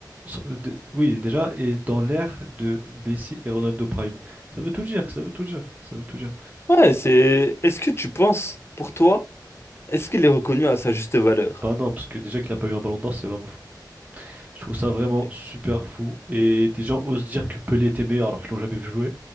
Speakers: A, on the right; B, on the left.
A: So- de- Oui, déjà, et dans l'ère de Messi et Ronaldo Prime. Ça veut tout dire, ça veut tout dire, ça veut tout dire.
B: Ouais, c'est... Est-ce que tu penses, pour toi... Est-ce qu'il est reconnu à sa juste valeur?
A: Bah non, parce que déjà qu'il a pas eu un ballon d'or, c'est vraiment fou. Je trouve ça vraiment
B: Ok.
A: super fou. Et des gens osent dire que Pelé était meilleur alors qu'ils l'ont jamais vu jouer.